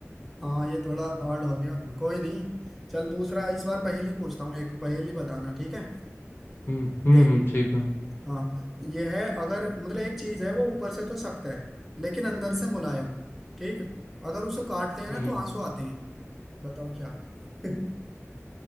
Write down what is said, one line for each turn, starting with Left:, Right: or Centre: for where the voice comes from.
Centre: हाँ ये थोड़ा हार्ड हो गया
Left: हम्म
Centre: कोई नहीं चल दूसरा इस बार पहेली पूछता हूँ एक पहेली बताना ठीक है
Left: हम्म हम्म,
Centre: देख
Left: ठीक है
Centre: हाँ ये है अगर मतलब एक चीज है वो ऊपर से तो सख्त है लेकिन अंदर से मुलायम ठीक अगर उसे काटते हैं
Left: हम्म
Centre: ना तो आंसू आते हैं बताओ क्या <laughs>